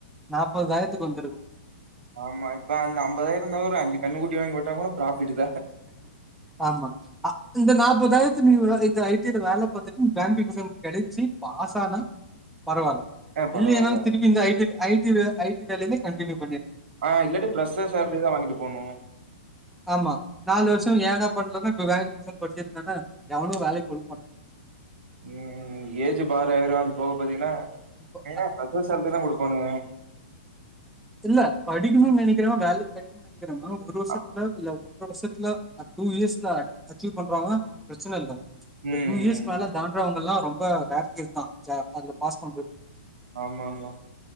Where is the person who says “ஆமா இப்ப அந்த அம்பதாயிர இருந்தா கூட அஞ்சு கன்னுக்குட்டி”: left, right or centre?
Right